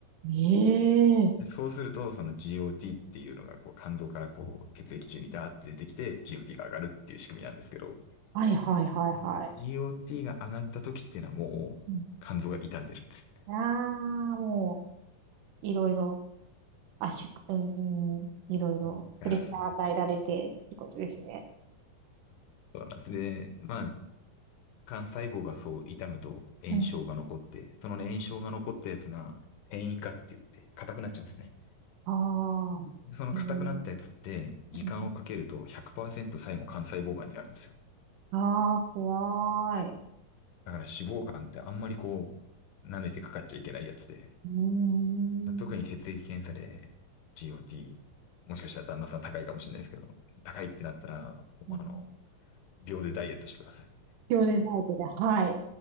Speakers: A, on the right (about 70°); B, on the left (about 70°).
A: い。
B: で、そうすると、
A: ええ
B: その GOT っていうのが、こう、肝臓からこう、血液中にダーって出てきて、GOT が上がるっていう仕組みなんですけど、
A: はいはいはいはい。
B: うん GOT が上がった時っていうのはもう、
A: うん
B: 肝臓が傷んでるんです。
A: ああ、もう、いろいろ、圧縮、うん、うん、いろいろ、
B: うんあー
A: プレッシャー与えられて、ってことですね。
B: そうなんですね。まあ、幹細胞がそう傷むと炎症が残って、
A: うん
B: そのね炎症が残ったやつが、転移化って言って、硬くなっちゃうんですよね。
A: ああ、
B: その硬くなったやつって、
A: えー、うん
B: 時間をかけると100%
A: うん
B: 最後肝細胞がんになるんですよ。
A: ああ、怖い。
B: だから脂肪肝ってあんまりこう、舐めてかかっちゃいけないやつで、
A: うー
B: 特に血液検査で
A: ん。
B: GOT、もしかしたら旦那さん高いかもしれないですけど、高いってなったら、
A: うん
B: あの、秒でダイエットしてください。
A: 秒でダイエットで、はい。